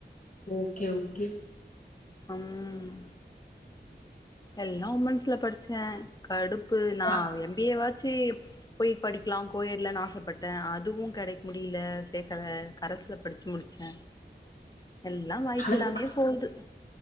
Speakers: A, on the left; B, on the left.
A: ஓகே ஓகே
B: ம் எல்லா உமன்ஸ்ல படிச்சே கடுப் நா
A: ஆ
B: எம் பி ஏ வாச்சு சேரி பொய் படிக்லா கோயேட்ல ஆசப்பட்டே அதுவு கெடைக் முடியல சேக்கல கரஸ் ல படிச்சி முடிச்சே எல்லா வாய்ப்பு
A: அதுக்கு
B: இல்லாமயே
A: படி
B: போகுது